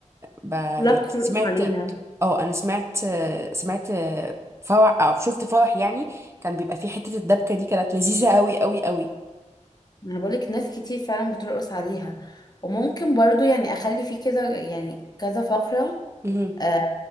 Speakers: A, on the right; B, on the left.
A: ب...
B: كلها
A: يعني
B: بترقص
A: سمعت
B: عليها
A: اه انا سمعت سمعت فرح او شفت فرح يعني كان بيبقى فيه حتة الدبكة دي كانت لذيذة قوي قوي قوي
B: ما انا بقولك ناس كتير فعلا بترقص عليها وممكن برضو يعني اخلي فيه كده يعني كذا فقرة
A: مهم.
B: آه